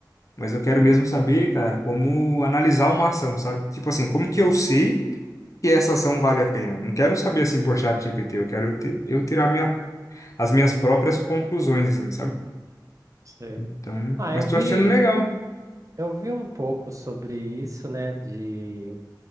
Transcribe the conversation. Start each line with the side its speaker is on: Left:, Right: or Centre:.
Left: mas eu quero mesmo saber, cara, como analisar uma ação, sabe? Tipo assim, como que eu sei que essa ação vale a pena? Não quero saber assim por chat GPT, eu quero te- eu tirar minha, as minhas próprias conclusões assim, sabe?
Right: sim.
Left: Então,
Right: Ah,
Left: mas
Right: eu
Left: tô
Right: vi,
Left: achando legal.
Right: Eu vi um pouco sobre isso, né? De